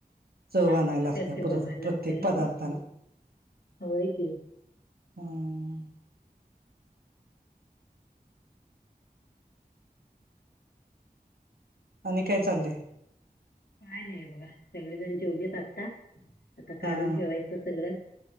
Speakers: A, on the right (about 75°); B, on the left (about 85°).
A: चव आणाय
B: त्याला
A: लागत्या
B: टेस्टी
A: परत
B: बनवायला
A: प्रत्येक
B: लागतंय.
A: पदार्थाला.
B: होय की
A: हम! आणि काय चाललंय?
B: काय नाही बघा सगळेजण जेवलेत आत्ता. आता काढून
A: हा
B: ठेवायचं सगळं.